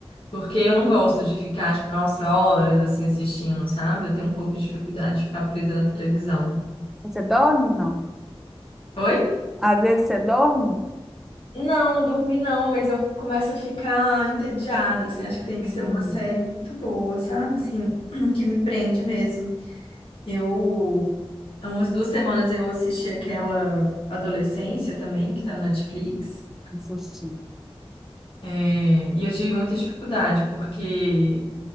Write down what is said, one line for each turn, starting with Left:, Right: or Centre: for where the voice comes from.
Left: Porque eu não gosto de ficar, tipo, nossa, horas assim assistindo, sabe? Eu tenho um pouco de dificuldade de ficar presa na televisão.
Centre: você dorme? Não.
Left: Oi?
Centre: Às vezes você dorme,
Left: Não, dormi não, mas eu começo a ficar entediada, assim, acho que tem que
Centre: Hum,
Left: ser uma série muito boa, sabe? Assim, <clears throat> que me prende mesmo. Eu, há umas duas semanas eu assisti aquela Adolescência também, que tá na Netflix.
Centre: que susto.
Left: É, e eu tive muita dificuldade, porque